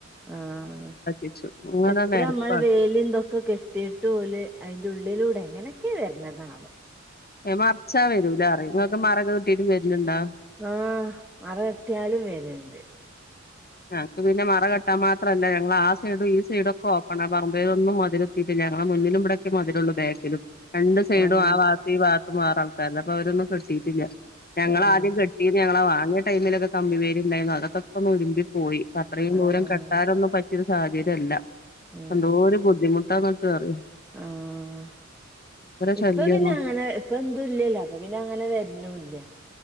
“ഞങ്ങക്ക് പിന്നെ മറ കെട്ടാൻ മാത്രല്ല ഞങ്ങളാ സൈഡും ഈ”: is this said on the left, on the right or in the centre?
Left